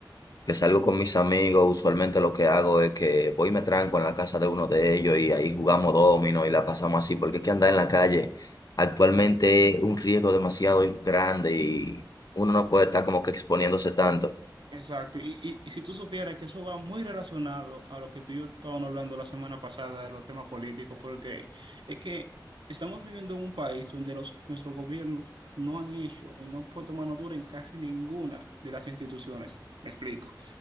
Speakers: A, on the left (about 55°); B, on the right (about 80°).
A: que salgo con mis amigos, usualmente lo que hago es que voy y me tranco en la casa de uno de ellos y ahí jugamos domino y la pasamos así, porque es que andar en la calle actualmente es un riesgo demasiado grande y uno no puede estar como que exponiéndose tanto.
B: Exacto, y, y, y si tú supieras que eso va muy relacionado a lo que tú y yo estábamos hablando la semana pasada de los temas políticos, porque es que estamos viviendo en un país donde los, nuestros gobiernos no han hecho y no han puesto mano dura en casi ninguna de las instituciones. Me explico.